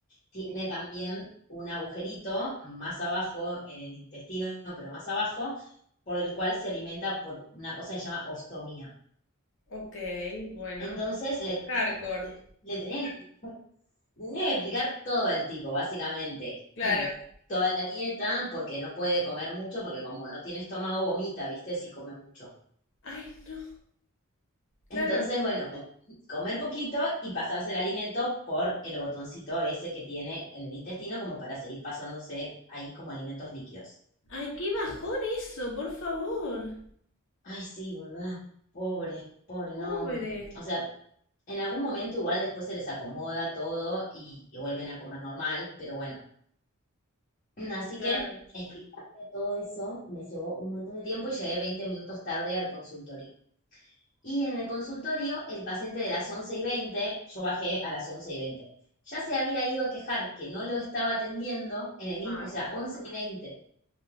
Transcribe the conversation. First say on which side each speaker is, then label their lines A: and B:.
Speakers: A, on the left; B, on the left.
A: tiene también un agujerito más abajo en el intestino, pero más abajo, por el cual se alimenta por una cosa que se llama ostomía.
B: ok, bueno.
A: Entonces, le,
B: Hardcore,
A: <laughs> le tenía, que- le tenía que explicar todo al tipo, básicamente.
B: claro.
A: <clears throat> Toda la dieta, porque no puede comer mucho, porque como no tiene estómago, vomita, ¿viste? Si come mucho.
B: Ay, no, claro.
A: Entonces, bueno, comer poquito y pasarse el alimento por el botoncito ese que tiene en el intestino como para seguir pasándose ahí como alimentos líquidos.
B: Ay, qué bajón eso, por favor.
A: Ay, sí, ¿verdad? Pobre, pobre,
B: Pobre.
A: no. O sea, en algún momento igual después se les acomoda todo y, y vuelven a comer normal, pero bueno. Así
B: Claro.
A: que explicarle todo eso me llevó un montón de tiempo y llegué 20 minutos tarde al consultorio. Y en el consultorio, el paciente de las once y veinte yo bajé a las once y veinte ya se había ido a quejar que no lo estaba atendiendo en el mismo,
B: Ay.
A: o sea, once y veinte